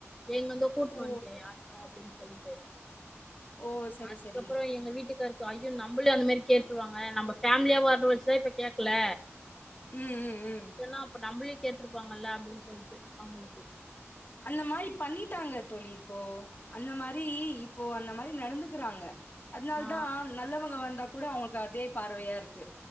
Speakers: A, in the centre; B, on the left (about 35°).
A: எங்க இருந்தோ கூட்டுணு
B: ஓ!
A: வண்டியாட்டு அப்றோ அப்டின் சொல்லிட்டு
B: ஓ! சரி,
A: அதுக்கப்றோ
B: சரி.
A: எங்க வீட்டுக்கார் ஐயோ நம்பளையு அந்தமாரி கேட்டுருவாங்க நம்ப பேமிலியா ஆன வச்சுதா இப்ப கேக்கல
B: ம், ம், ம்.
A: சொன்னா அப்ப நம்பளையு கேட்டுருப்பாங்கல்ல அப்டின்னு சொல்ட்டு அவுங்களுக்கு
B: அந்த மாரி பண்ணிட்டாங்க தோழி இப்போ அந்த மாரி இப்போ அந்த மாரி நடந்துக்கறாங்க அதுனாலதா
A: ஆ
B: நல்லவங்க வந்தா கூட அவுங்களுக்கு அதே பார்வையா இருக்கு